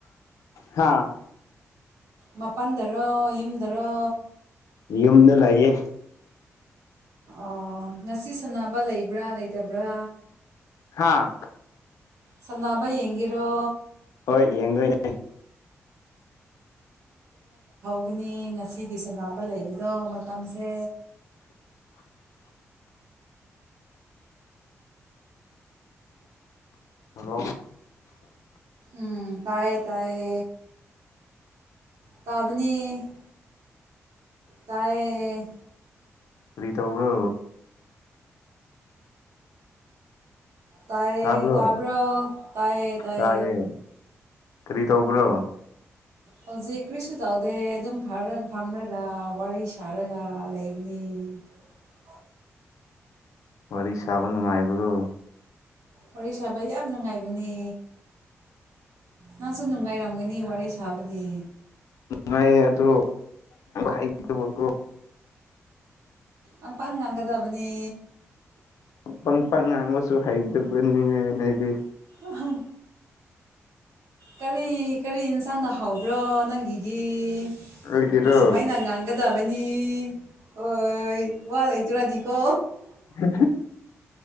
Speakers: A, on the left; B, on the right.
A: ꯍꯥꯥ
B: ꯃꯄꯜꯗꯔ ꯌꯨꯝꯗꯔ
A: ꯌꯨꯝꯗ ꯂꯩꯌꯦ
B: ꯑꯣ ꯉꯁꯤ ꯁꯥꯟꯅꯕ ꯂꯩꯕ꯭ꯔꯥ ꯂꯩꯇꯕ꯭ꯔꯥ
A: ꯍꯥꯥ
B: ꯁꯅꯥꯕ ꯌꯦꯡꯒꯔꯣ
A: ꯍꯣꯏ ꯌꯦꯡꯗꯣꯏꯅꯦ
B: ꯇꯒꯅꯤ ꯉꯁꯤꯒꯤ ꯁꯥꯟꯅꯕ ꯂꯩꯕꯗꯣ ꯃꯇꯝꯁꯦ
A: ꯍꯂꯣ
B: ꯎꯝ ꯇꯥꯏꯌꯦ ꯇꯌꯦ ꯇꯥꯕꯅꯤ ꯇꯥꯏ
A: ꯔꯔꯤ ꯇ ꯎꯕ꯭ꯔꯣ
B: ꯇꯥꯏ
A: ꯇꯥꯕ꯭ꯔꯣ
B: ꯇꯥꯕ ꯇꯥꯏ ꯇꯥꯏ
A: ꯇꯥꯏꯌꯦ ꯀꯔꯤ ꯇꯧꯕ꯭ꯔꯣ
B: ꯍꯧꯖꯤꯛ ꯀꯔꯤꯁꯨ ꯇꯧꯗꯦ ꯑꯗꯨꯝ ꯐꯝꯔꯒ ꯋꯥꯔꯤ ꯁꯥꯔꯒ ꯂꯩꯕꯅꯤ ꯎ
A: ꯋꯥꯔꯤ ꯁꯥꯕ ꯅꯨꯡꯉꯥꯏꯕ꯭ꯔꯣ
B: ꯋꯥꯔꯤ ꯁꯥꯕ ꯌꯥꯝ ꯅꯨꯡꯉꯥꯏꯕꯅꯦ ꯅꯪꯁꯨ ꯅꯨꯡꯉꯥꯏꯔꯝꯒꯅꯤ ꯋꯥꯔꯤ ꯁꯥꯕꯗꯤ
A: ꯃꯥꯏ ꯇꯣ ꯍꯥꯏꯣ
B: ꯑꯪꯄꯥꯡ ꯉꯥꯡꯒꯗꯕꯅꯤ
A: ꯑꯄꯥ ꯃꯄꯥ ꯉꯥꯡꯁꯨ ꯍꯥꯏꯩꯗꯕꯅꯤꯅꯦꯗꯤ
B: ꯑꯍ ꯀꯔꯤ ꯀꯔꯤ ꯌꯦꯟꯁꯥꯡꯅ ꯍꯕ꯭ꯔꯣ ꯅꯪꯒꯤꯗꯤ
A: ꯑꯩꯒꯤꯔꯣ
B: ꯁꯨꯃꯥꯏ ꯅꯉꯥꯡꯒꯗꯕꯅꯤ ꯑꯣ ꯋꯥ ꯂꯩꯇꯔꯥꯗꯤꯀꯣ
A: ꯍ